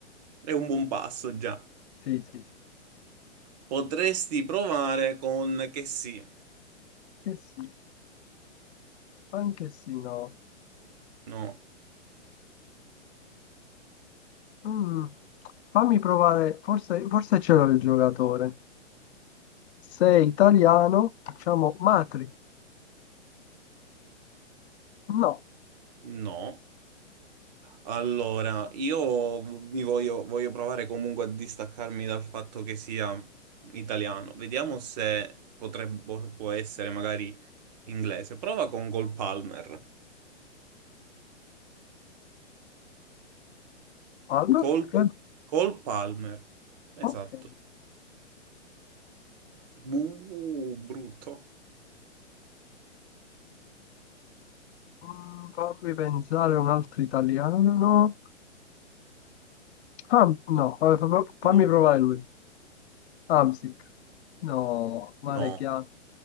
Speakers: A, on the right (about 35°); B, on the left (about 60°).
A: è un buon passo già.
B: Sì, sì, sì.
A: Potresti provare con che sì.
B: Che sì, anche sì, no.
A: No,
B: Mm, Fammi provare, forse, forse ce l'ho il giocatore. Sei italiano, facciamo Matri. No,
A: no. Allora, io mi voglio, voglio provare comunque a distaccarmi dal fatto che sia italiano. Vediamo se potrebbe, può essere magari inglese. Prova con Col Palmer.
B: Albert.
A: Col,
B: eh,
A: Col Palmer. Esatto.
B: Ok.
A: Uh, brutto.
B: Mm, fammi pensare a un altro italiano. Ham- no, vabbè, fa- fa- fammi
A: No.
B: provare lui. Hamsik. No, male
A: No,
B: chiaro.